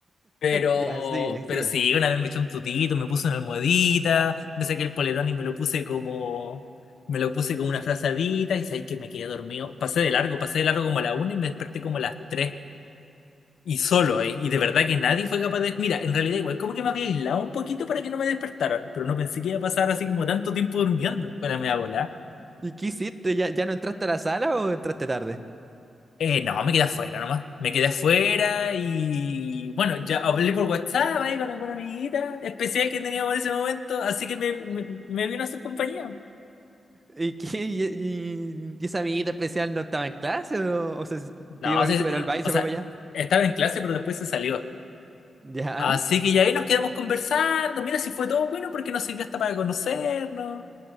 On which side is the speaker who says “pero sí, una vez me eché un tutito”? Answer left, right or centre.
Left